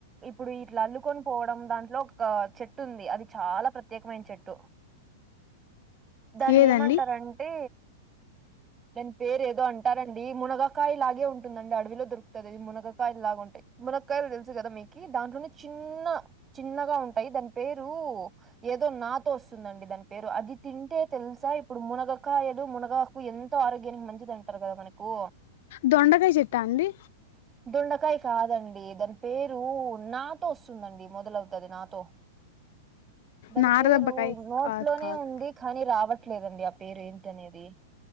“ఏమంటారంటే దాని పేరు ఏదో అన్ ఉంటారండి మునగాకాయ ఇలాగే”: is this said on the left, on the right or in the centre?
Right